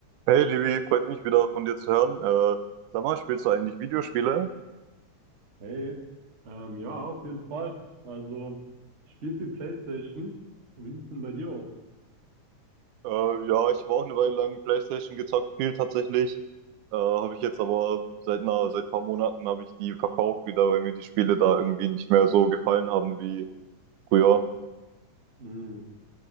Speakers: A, on the right; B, on the right.
A: Hey Livi, freut mich wieder von dir zu hören. Äh, sag mal, spielst du eigentlich Videospiele?
B: Hey, ähm, ja, auf jeden Fall. Also, ich spiele viel PlayStation. Und wie sieht's denn bei dir aus?
A: Äh, ja, ich habe auch eine Weile lang PlayStation gezockt, viel tatsächlich. Äh, habe ich jetzt aber seit einer, seit ein paar Monaten habe ich die verkauft wieder, weil mir die Spiele da irgendwie nicht mehr so gefallen haben wie früher.
B: Hm,